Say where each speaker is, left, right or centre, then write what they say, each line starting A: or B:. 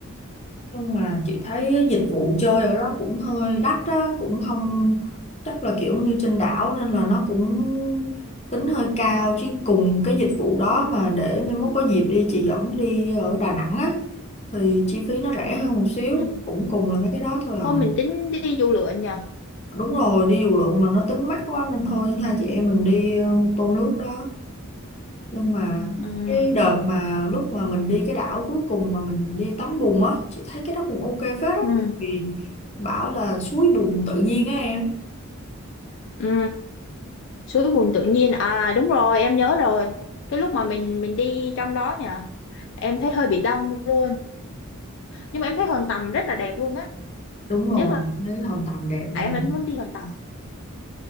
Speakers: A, on the left; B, on the left.
A: nhưng mà chị thấy dịch vụ chơi ở đó cũng hơi đắt á cũng không chắc là kiểu như trên đảo nên là nó cũng tính hơi cao chứ cùng cái dịch vụ đó mà để mai mốt có dịp đi chị dẫn đi ở Đà Nẵng á thì chi phí nó rẻ hơn một xíu
B: ừ.
A: cũng cùng là mấy cái đó thôi
B: hôm
A: à
B: mình tính đi du lượn nhờ
A: đúng rồi đi dù lượn mà nó tính mắc quá nên thôi hai chị em mình đi ờ, mô tô nước đó nhưng mà
B: ừ.
A: cái đợt mà lúc mà mình đi cái đảo cuối cùng mà mình đi tắm bùn á chị thấy cái đó cũng ok phết á
B: Ừ.
A: tại vì bảo là suối bùn tự nhiên á em
B: Ừ. suối bùn tự nhiên à đúng rồi em nhớ rồi cái lúc mà mình mình đi trong đó nhỉ em thấy hơi bị đông luôn nhưng mà em thấy hòn tầm rất là đẹp luôn á
A: đúng rồi
B: nếu mà
A: thấy Hòn Tầm đẹp nha
B: em vẫn muốn đi hòn tầm